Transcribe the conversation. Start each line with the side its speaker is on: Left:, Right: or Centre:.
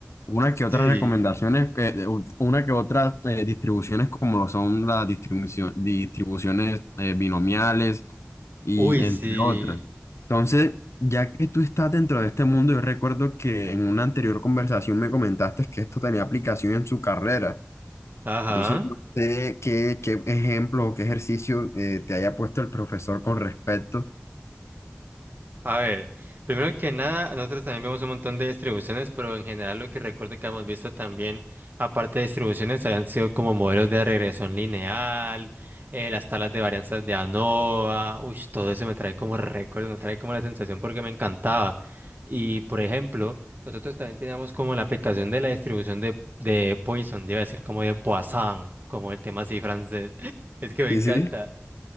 Left: una que otras
Right: Sí.
Left: recomendaciones, que- eh, de- u- una que otras eh, distribuciones como lo son las distribucio- distribuciones eh, binomiales y
Right: Uy,
Left: entre
Right: sí.
Left: otras. Entonces, ya que tú estás dentro de este mundo, yo recuerdo que en una anterior conversación me comentaste que esto tenía aplicación en su carrera.
Right: Ajá.
Left: Entonces, no sé qué, qué ejemplo o qué ejercicio eh, te haya puesto el profesor con respecto.
Right: A ver, primero que nada, nosotros también vemos un montón de distribuciones, pero en general lo que recuerdo que hemos visto también, aparte de distribuciones, habían sido como modelos de regresión lineal, eh, las tablas de varianzas de ANOVA, uy, todo eso me trae como récord, me trae como la sensación porque me encantaba. Y por ejemplo, nosotros también teníamos como la aplicación de la distribución de, de Poisson, iba a decir como de Poisson, como el tema así francés, <laughs> es que me
Left: Sí,
Right: encanta.
Left: sí.